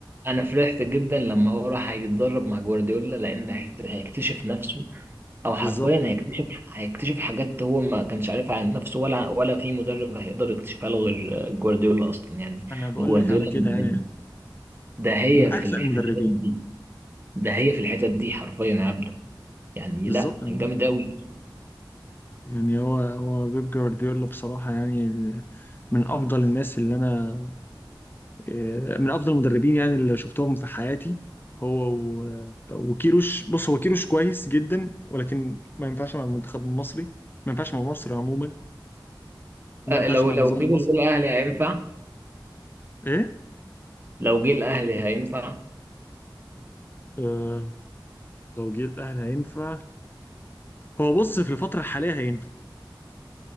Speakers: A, on the right; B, on the left.
A: انا فرحت جدا لما هو راح هيتدرب مع جوارديولا لان هيكت- هيكتشف نفسه او
B: بالظبط
A: حرفيا هيكتشف هيكتشف حاجات هو ما كانش عارفها عن نفسه ولا ولا في مدرب هيقدر يكتشفها له غير جوارديولا اصلا يعني
B: انا بقول
A: جوارديولا
B: لك على كده
A: من-
B: يعني
A: ده هي
B: من اكثر
A: في ال-
B: المدربين
A: في الحتت دي ده هي في الحتت دي حرفيا يا عبده يعني
B: بالظبط
A: لا
B: انا
A: جامد
B: بقول لك
A: قوي
B: يعني هو هو بيب جوارديولا بصراحة يعني من افضل الناس اللي انا آه، من افضل المدربين يعني اللي شفتهم في حياتي هو و- وكيروش بص هو كيروش كويس جدا ولكن ما ينفعش مع المنتخب المصري ما ينفعش مع مصر عموما وما
A: أه
B: ينفعش
A: لو
B: مع
A: لو
B: النظام
A: كده
B: المصري
A: جه الاهلي هينفع
B: ايه
A: لو جه الاهلي هينفع
B: آه لو جه الاهلي هينفع هو بص في الفترة الحالية هينفع